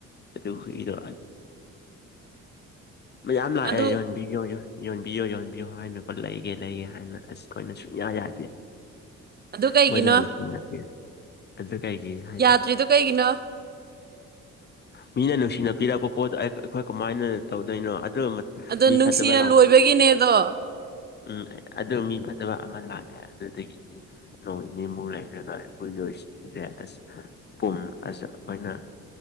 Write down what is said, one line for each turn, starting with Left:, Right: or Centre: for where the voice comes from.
Left: ꯑꯗꯨ ꯍꯨꯏꯗꯣ ꯃꯌꯥꯝ ꯂꯥꯛꯑꯦ
Right: ꯑꯗꯨ
Left: ꯌꯣꯟ ꯌꯣꯟꯕꯤꯌꯣ ꯌꯣꯟꯕꯤꯌꯣ ꯍꯥꯏꯅꯀꯣ ꯂꯩꯒꯦ ꯂꯩꯒꯦ ꯍꯥꯏꯅ ꯑꯁ ꯑꯩꯈꯣꯏꯅ ꯁꯨꯡꯌꯥ ꯌꯥꯗꯦ
Right: ꯑꯗꯨ ꯀꯩꯒꯤꯅꯣ
Left: ꯃꯣꯏꯁꯨ ꯅꯨꯡꯁꯤ ꯅꯈꯤ ꯑꯗꯨ ꯀꯩꯒꯤ ꯍꯥꯏꯗꯤ
Right: ꯌꯥꯗ꯭ꯔꯤꯗꯣ ꯀꯩꯒꯤꯅꯣ
Left: ꯃꯤꯅ ꯅꯨꯡꯁꯤꯅ ꯄꯤꯔꯛꯄ ꯄꯣꯠꯇꯣ ꯑꯩꯈꯣꯏ ꯀꯃꯥꯏꯅ ꯇꯧꯗꯣꯏꯅꯣ ꯑꯗꯨ
Right: ꯑꯗꯣ
Left: ꯃꯤ
Right: ꯅꯨꯡꯁꯤꯅ
Left: ꯐꯠꯇꯕ ꯂꯥꯛꯄ
Right: ꯂꯣꯏꯕꯒꯤꯅꯦ ꯑꯗꯣ
Left: ꯎꯝ ꯑꯗꯨ ꯃꯤ ꯐꯠꯇꯕ ꯑꯃ ꯂꯥꯛꯑꯦ ꯑꯗꯨꯗꯒꯤꯗꯤ ꯅꯣꯡ ꯅꯤꯅꯤꯃꯨꯛ ꯂꯩꯈ꯭ꯔꯦ ꯒ ꯍꯨꯢꯗꯣ ꯁꯤꯔꯦ ꯑꯁ ꯄꯨꯝ ꯑꯁ ꯑꯩꯈꯣꯏꯅ